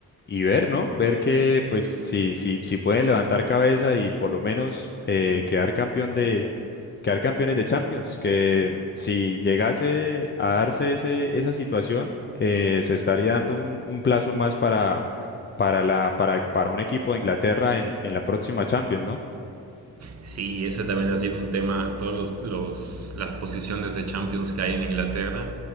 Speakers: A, on the left; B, on the right.
A: y ver, ¿no? Ver que pues si, si, si pueden levantar cabeza y por lo menos eh, quedar campeón de, quedar campeones de Champions, que si llegase a darse ese, esa situación, eh, se estaría dando un, un plazo más para, para la, para, para un equipo de Inglaterra en, en la próxima Champions, ¿no?
B: Sí, ese también ha sido un tema, Todos los, los- las posiciones de Champions que hay en Inglaterra.